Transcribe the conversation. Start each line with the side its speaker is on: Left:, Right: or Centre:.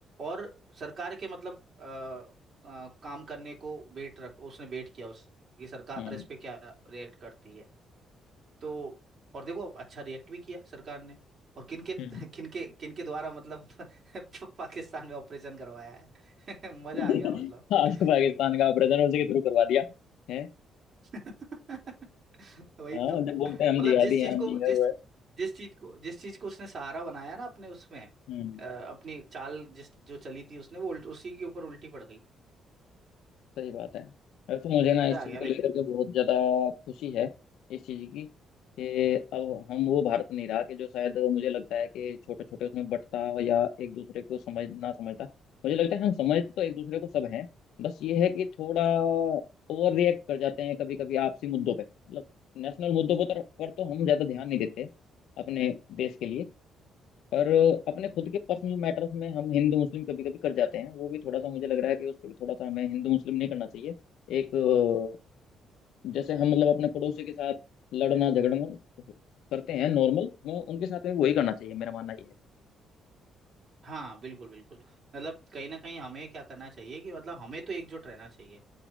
Right: और सरकार के मतलब अ, अ, काम करने को वेट रख उसने वेट किया उस कि सरकार
Left: हम्म,
Right: इस पे क्या रिएक्ट करती है तो और देखो अच्छा रिएक्ट भी किया सरकार ने और किनके <laughs>
Left: हम्म,
Right: किनके किनके द्वारा मतलब <laughs> पाकिस्तान में ऑपरेशन करवाया है <laughs> मजा
Left: आपको
Right: आ गया मतलब
Left: पाकिस्तान का ऑपरेशन उसी के थ्रू करवा दिया है
Right: <laughs> वही
Left: हाँ
Right: तो
Left: जब बोलते
Right: मतलब
Left: हैं हम जिहादी
Right: जिस चीज
Left: हैं हम
Right: को
Left: ये
Right: जिस
Left: है वो है
Right: जिस चीज को जिस चीज को उसने सहारा बनाया ना अपने उसमें
Left: हम्म
Right: अ, अपनी चाल जिस जो चली थी उसने वो उल्ट- उसी के ऊपर उल्टी पड़ गई
Left: सही बात है वैसे तो मुझे ना
Right: मजा
Left: इस चीज़
Right: आ गया
Left: को
Right: लेकिन
Left: लेकर के बहुत ज़्यादा खुशी है इस चीज़ की कि अब हम वो भारत नहीं रहा कि जो शायद मुझे लगता है कि छोटे छोटे उसमें बंटता या एक दूसरे को समझ ना समझता मुझे लगता है हम समझते तो एक दूसरे को सब हैं बस ये है कि थोड़ा ओवर रिएक्ट कर जाते हैं कभी कभी आपसी मुद्दों पे मतलब नेशनल मुद्दों पर पर तो हम ज़्यादा ध्यान नहीं देते अपने देश के लिए पर अपने खुद के पर्सनल मैटर्स में हम हिंदू मुस्लिम कभी कभी कर जाते हैं वो भी थोड़ा सा मुझे लग रहा है कि उस पर भी थोड़ा सा हमें हिंदू मुस्लिम नहीं करना चाहिए एक अ, जैसे हम मतलब अपने पड़ोसी के साथ लड़ना झगड़ना करते हैं नॉर्मल हमें उनके साथ में वही करना चाहिए मेरा मानना ये है
Right: हाँ बिल्कुल बिल्कुल मतलब कहीं ना कहीं हमें क्या करना चाहिए कि मतलब हमें तो एकजुट रहना चाहिए